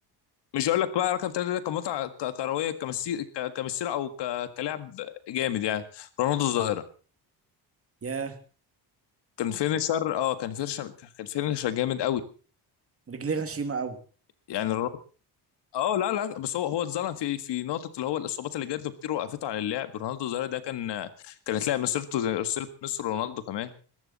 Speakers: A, on the left; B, on the right.
A: مش هقول لك بقى رقم ثلاثه ده كمتعه ك- كرويه كمسير ك- كمسيره او ك- كلاعب جامد يعني رونالدو الظاهره
B: يا
A: كان فينيشر اه كان فينيشر كان فينيشر جامد قوي
B: رجليه غشيمة قوي
A: يعني رونالدو اه لا لا بس هو هو اتظلم في في نقطه اللي هو الاصابات اللي جات له كتير وقفته عن اللعب رونالدو الظاهره ده كان كانت لاعب مسيرته زي مسيره مصر رونالدو كمان